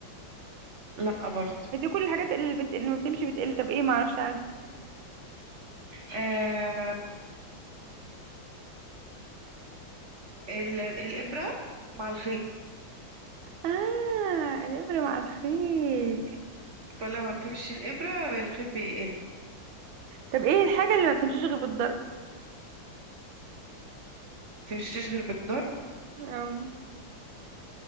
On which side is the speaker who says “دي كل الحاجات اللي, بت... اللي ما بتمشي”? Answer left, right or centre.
Right